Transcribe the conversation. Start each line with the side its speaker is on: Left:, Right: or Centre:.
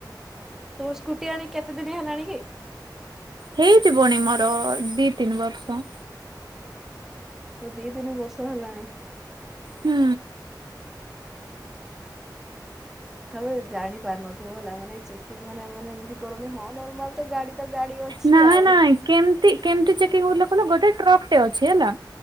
Centre: ତୋର ସ୍କୁଟି ଆଣି କେତେ ଦିନ ହେଲାଣି କି?
Right: ହେଇଯିବଣି ମୋର-ଅ-ଅ-ଅ ଦି ତିନି ବର୍ଷ।
Centre: ଦି ତିନି ବର୍ଷ ହେଲାଣି।
Right: ହୁଁ।
Centre: ତଥାପି ଜାଣି ପାରୁନଥିବୁ ହେଲା ମାନେ ଏଇ ଚେକିଂ ମାନେ ଏମାନେ ଏମିତି କରନ୍ତି ହଁ ନର୍ମାଲ ତ ଗାଡି ତ ଗାଡି ଅଛି
Right: ନା
Centre: ଆଉ
Right: ନାଇଁ କେମିତି କେମିତି ଚେକିଂ ହେଉଥିଲା କହିଲ ଗୋଟେ ଟ୍ରକ ଟେ ଅଛି ହେଲା